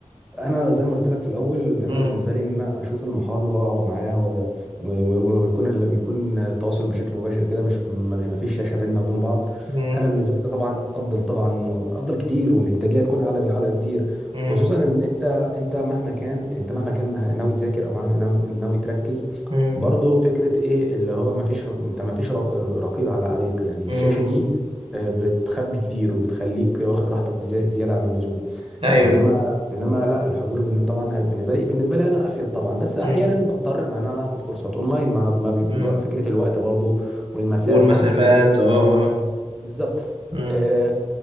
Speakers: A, in the centre; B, on the right.
A: انا زي ما قلت لك في الاول انا
B: مم.
A: بالنسبه لي ان انا اشوف المحاضر واقعد معاه و- و- و- ويكون ال- يكون التواصل بشكل مباشر كده مش مش ما فيش شاشه بيننا وبين بعض
B: مم.
A: انا بالنسبه لي ده طبعا افضل طبعا افضل كتير والانتاجيه تكون اعلى اعلى بكتير
B: مم.
A: خصوصا ان انت انت مهما كان انت مهما كان ناوي تذاكر او مهما ناوي, ناوي تركز
B: مم.
A: برضه فكره ايه اللي هو ما فيش رق... انت ما فيش رق- رقيب على عليك يعني
B: مم.
A: الشاشه دي آه، بتخبي كتير وبتخليك واخد راحتك بزي- زياده عن اللزوم
B: ايوه
A: انما انما لا الحضور بن- طبعا هي- بالنسبه لي بالنسبه لي انا افيد طبعا بس احيانا
B: مم.
A: بضطر ان انا اخد كورسات اونلاين ما ما بيكون
B: مم.
A: فكره الوقت برضو والمسافه
B: والمسافات
A: وكده
B: اه آه.
A: بالظبط
B: مم.
A: آه،